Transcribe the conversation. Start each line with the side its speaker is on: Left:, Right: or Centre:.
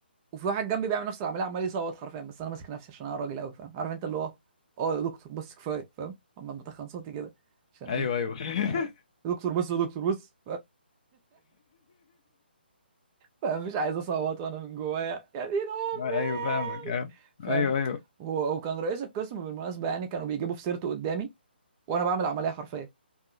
Right: وفي واحد جنبي بيعمل نفس العمليه عمال يصوت حرفيا بس انا ماسك نفسي عشان انا راجل قوي فاهم عارف انت اللي هو اه يا دكتور بس كفايه فاهم اما بتخن صوتي كده عشان
Left: ايوه
Right: ايه
Left: ايوه <laughs>
Right: آه، يا دكتور بس يا دكتور بس فمش عايز اصوت وانا من جوايا يا دين امي
Left: ايوه فاهمك آه.
Right: فاهم
Left: ايوه ايوه
Right: هو وكان رئيس القسم بالمناسبه يعني كانوا بيجيبوا في سيرته قدامي وانا بعمل عمليه حرفيه